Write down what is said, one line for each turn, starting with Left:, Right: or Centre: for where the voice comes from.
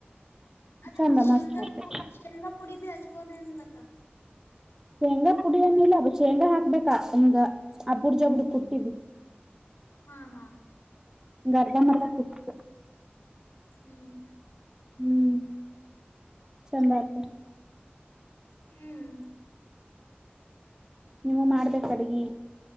Left: ಅದಕ
Right: ಚಂದ
Left: ಶೇಂಗಾ
Right: ಮಸ್ತ್ ಆಗ್ತದ
Left: ಪು ಶೇಂಗಾ ಪುಡಿ ಬಿ ಹಚ್ಚ ಬೊದ ಏನ ಇಲ್ಲ ಅಕ್ಕ.
Right: ಶೇಂಗಾ ಪುಡಿ ನಿಲ್ಲ ಶೇಂಗಾ ಹಾಕ ಬೇಕ ಹಿಂಗ ಅಬ್ಬೂರ ಜಬ್ಬೂರ ಕುಟ್ಟಿದ್ದು.
Left: ಹಾ ಹಾ.
Right: ಹಿಂಗ ಅರ್ಧ ಮರ್ದ ಕುಟ್ಟಿ ಕ.
Left: ಹ್ಮ್.
Right: ಹ್ಮ್ ಚಂದ ಆಗ್ತದ.
Left: ಹ್ಮ್.
Right: ನೀವು ಮಾಡ್ಬೇಕ ಅಡ್ಗಿ